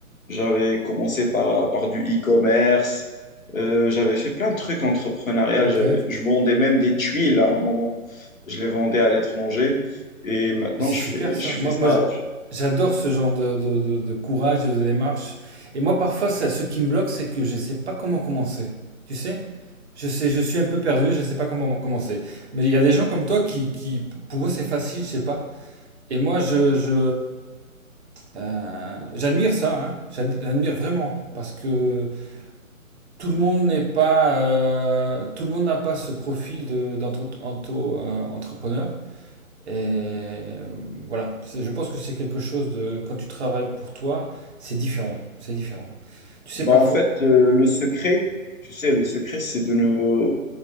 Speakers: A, on the left; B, on the right.
A: J'avais commencé par, par du e-commerce, euh, j'avais fait plein de trucs entrepreneurial.
B: ok.
A: J'avais, je vendais même des tuiles à un moment. Je les vendais à l'étranger et maintenant
B: Mais c'est
A: je
B: super
A: fais,
B: ça.
A: je
B: Moi,
A: fais ça.
B: moi je-
A: Je-
B: j'adore ce genre de, de- de- de courage et de démarche. Et moi, parfois, ça, ce qui me bloque, c'est que je ne sais pas comment commencer. Tu sais? Je sais, je suis un peu perdu, je ne sais pas comment commencer. Mais il y a des gens comme toi qui, qui pour eux, c'est facile, je sais pas. Et moi, je, je, euh, j'admire ça, hein. J'ad- J'admire vraiment. Parce que tout le monde n'est pas, euh, tout le monde n'a pas ce profil de, d'entre- ento- euh, entrepreneur. Et euh, voilà, C'est- je pense que c'est quelque chose de... Quand tu travailles pour toi, c'est différent. C'est différent. Tu sais,
A: Bah,
B: parfois...
A: en fait, euh, le secret, tu sais, le secret, c'est de ne